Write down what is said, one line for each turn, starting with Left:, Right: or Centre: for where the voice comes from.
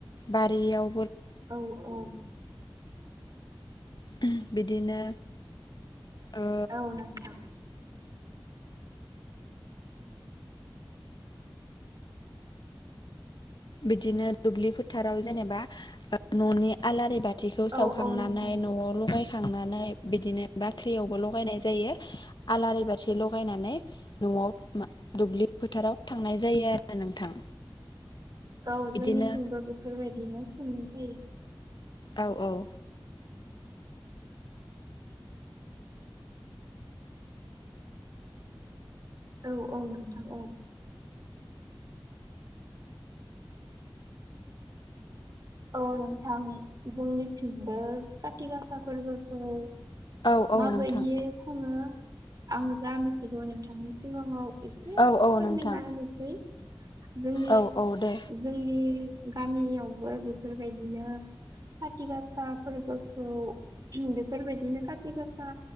Left: बारियाव
Right: औ औ
Left: उम बिदिनो ओ
Right: औ नोंथां
Left: बिदिनो दुब्लि फोथाराव जेनेबा ओ न'नि आलारि बाथ थिखौ सावखांनानै
Right: औ औ नोंथां
Left: न'वाव लगाय खांनानै बिदिनो बाख्रियावबो लगायनाय जायो आलारि बाथि लायनानै न'वाव दुब्लि फोथाराव थांनाय जायो आरो नोंथां।
Right: औ
Left: बिदिनो
Right: जोंनिथिंबो बेफोरबायदिनो खुंनाय जायो।
Left: औ औ
Right: औ औ नोंथां औ औ नोंथां जोंनिथिंबो खाथि गासा फोरबो खुङो।
Left: औ औ
Right: माबायदियै
Left: नोंथां
Right: खुङो आं जा मिथिगौ नोंथांनि सिगाङाव एसे
Left: औ औ
Right: फोरमायना
Left: नोंथां
Right: होनोसै जोंनि
Left: औ औ दे
Right: जोंनि गामियावबो बेफोरबायदिनो खाथि गासा फोरबोखौ उम बेफोरबायदिनो खाथि गासा